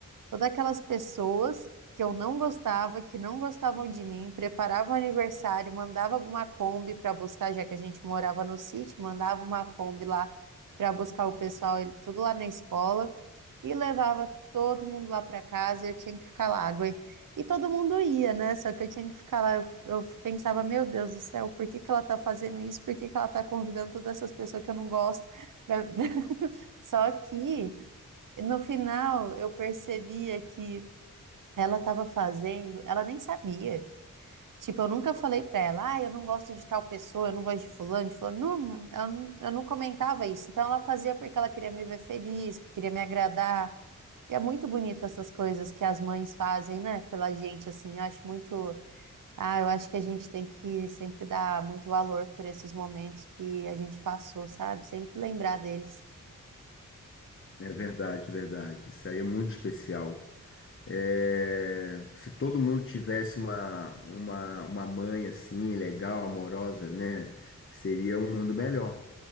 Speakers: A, on the right (about 75°); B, on the left (about 40°).
A: Todas aquelas pessoas que eu não gostava, que não gostavam de mim, preparava o aniversário, mandava uma Kombi para buscar, já que a gente morava no sítio, mandava uma Kombi lá para buscar o pessoal, ele- tudo lá na escola, e levava todo mundo lá para casa e eu tinha que ficar lá. agui- E todo mundo ia, né? Só que eu tinha que ficar lá. Eu, eu pensava, meu Deus do céu, por que que ela tá fazendo isso? Por que que ela tá convidando todas essas pessoas que eu não gosto? pra- <laughs> Só que. No final, eu percebia que ela estava fazendo, ela nem sabia. Tipo, eu nunca falei pra ela, ah, eu não gosto de tal pessoa, eu não gosto de fulano, de fulano. Não, eu, não- eu não comentava isso. Então, ela fazia porque ela queria me ver feliz, queria me agradar. E é muito bonito essas coisas que as mães fazem, né, pela gente, assim. Eu acho muito. Ah, eu acho que a gente tem que sempre dar muito valor por esses momentos que a gente passou, sabe? Sempre lembrar deles.
B: É verdade, verdade. Isso aí é muito especial. É, se todo mundo tivesse uma, uma, uma mãe assim, legal, amorosa, né? Seria um mundo melhor,